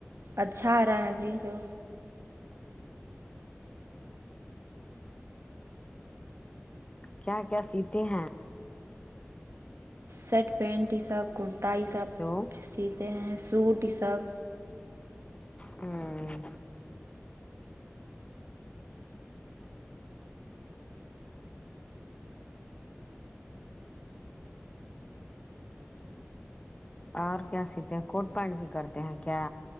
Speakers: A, on the right; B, on the left.
A: اچھا آ رہا ہے ابھی جو
B: کیا کیا سیتے ہیں
A: شرٹ پینٹ یہ سب کرتا یہ سب
B: ہیلو
A: سیتے ہیں سوٹ یہ سب
B: ہمم اور کیا سیتے ہیں کوٹ پینٹ بھی کرتے ہیں کیا